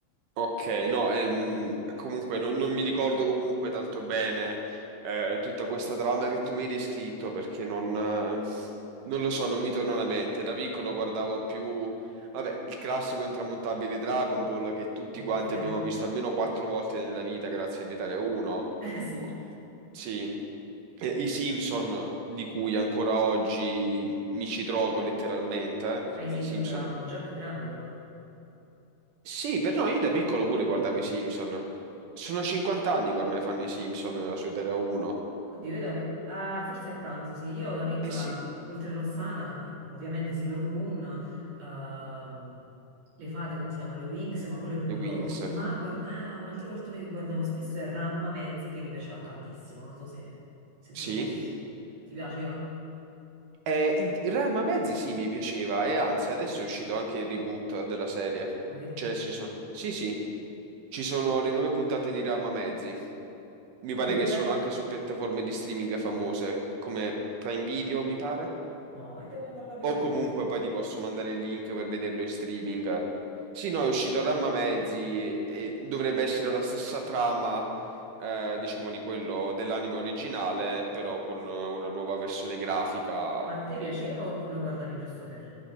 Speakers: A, on the right; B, on the right.
A: Ok,
B: Eh,
A: no, ehm, comunque non, non mi ricordo comunque tanto bene eh, tutta questa trama che tu mi hai descritto perché non, eh, non lo so, non mi torna alla mente. Da piccolo guardavo più, vabbè, il classico intramontabile Dragon Ball che tutti
B: ok,
A: quanti
B: <laughs>
A: abbiamo visto almeno quattro volte nella vita grazie all'Italia 1.
B: eh sì.
A: Con- Sì, E i Simpson di cui ancora oggi mi ci trovo letteralmente, eh, perché
B: Ma i Simpson
A: i Simpson
B: eravamo già più grandi però.
A: sì, per noi io da piccolo pure guardavo i Simpson. Sono 50 anni che ormai fanno i Simpson su Italia 1.
B: Oddio, io da pi- ah, forse a pranzo, sì. Io da piccola,
A: Eh sì,
B: oltre Rossana, eh, ovviamente Sailor Moon, ehm, le fate, come si chiamano? Le Winx, ma quello è venuto
A: i Winx.
B: dopo. Ma guarda, ah, un altro cartone che guardavo spesso è Ramma Mezzi, che mi piaceva tantissimo. Non so se, se tu
A: Sì.
B: lo conosci. Ti piaceva?
A: E Real Mezzi sì, mi piaceva. E anzi, adesso è uscito anche il reboot della serie.
B: Ma che dici?
A: Cioè, ci sono... Sì, sì, ci sono le nuove puntate di Real Mezzi. Mi pare
B: Dove?
A: che sono anche su piattaforme di streaming famose, come Prime Video, mi pare.
B: No, e devo andarlo a
A: O
B: vedere.
A: comunque poi ti posso mandare il link per vederlo in streaming. Sì, no, è uscito Ramma Mezzi e dovrebbe essere la stessa trama, eh, diciamo, di quello dell'anime originale, però con eh, una nuova versione grafica
B: Ma a te
A: che
B: piaceva oppure lo guardavi giusto per?